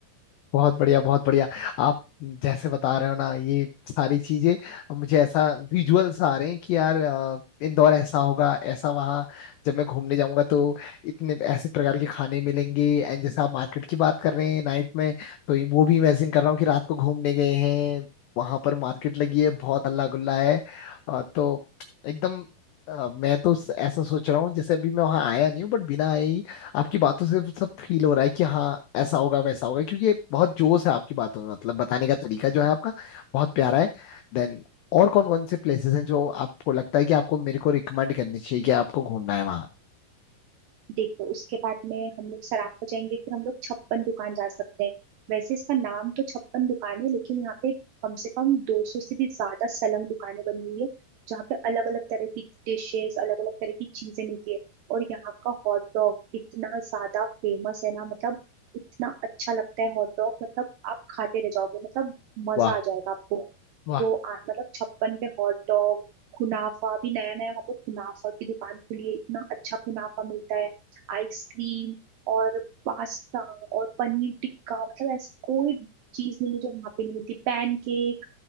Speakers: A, on the left (about 85°); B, on the right (about 80°).
A: बहुत बढ़िया बहुत बढ़िया आप जैसे बता रहे हो ना ये सारी चीजें अब मुझे ऐसा विजुअल्स आ रहे हैं कि यार अ, इंदौर ऐसा होगा ऐसा वहाँ जब मैं घूमने जाऊंगा तो इतने ऐसे प्रकार के खाने मिलेंगे एंड जैसे आप मार्केट की बात कर रहे हैं नाइट में तो ये- वो भी इमेजिन कर रहा हूँ कि रात को घूमने गए हैं वहां पर मार्केट लगी है बहुत हल्ला गुल्ला है अ, तो एकदम अ, मैं तो ऐसा सोच रहा हूँ जैसे अभी मैं वहां आया नहीं हूँ बट बिना आए ही आपकी बातों से सब फील हो रहा है कि हाँ ऐसा होगा वैसा होगा क्योंकि ये बहुत जोश है आपकी बातों में मतलब बताने का तरीका जो है आपका बहुत प्यारा है देन और कौन कौन से प्लेसेस हैं जो आपको लगता है कि आपको मेरे को रिकमेंड करनी चाहिए कि आपको घूमना है वहाँ
B: देखो उसके बाद में हम लोग सराफ पर जाएंगे फिर हम लोग छप्पन दुकान जा सकते हैं वैसे इसका नाम तो छप्पन दुकान है लेकिन यहाँ पे कम से कम 200 से भी ज्यादा सलंग दुकानें बनी हुई है जहाँ पे अलग अलग तरह की डिशेस अलग अलग तरह की चीजें मिलती है और यहाँ का हॉट डॉग इतना ज्यादा फेमस है ना मतलब इतना अच्छा लगता है हॉट डॉग मतलब आप खाते रह जाओगे मतलब मजा
A: वाह
B: आ जाएगा आपको
A: वाह
B: तो आ, मतलब छप्पन पे हॉट डॉग कुनाफा अभी नया नया वहाँ पे कुनाफा की दुकान खुली है इतना अच्छा कुनाफा मिलता है आइसक्रीम और पास्ता और पनीर टिक्का मतलब ऐसी कोई चीज नहीं है जो वहां पे नहीं मिलती पैनकेक